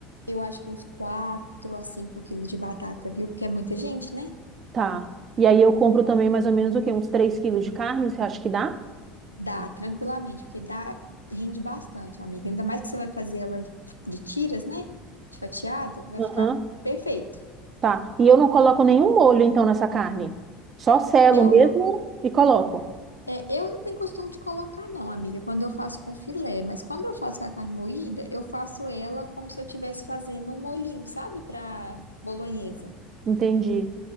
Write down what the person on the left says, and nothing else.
Eu acho que uns 4 a 5 quilos de batata, viu? Porque é muita gente, né?
Dá, tranquilamente, porque dá, rende bastante, amiga. Ainda mais que você vai fazer ela de tiras, né? De fatiado, vai
ficar perfeito.
Eu
não,
é, eu não tenho costume de colocar, não, amiga, quando eu faço com filé, mas quando eu faço com a carne moída, eu faço ela como se eu estivesse fazendo um molhinho, sabe? Pra bolonhesa.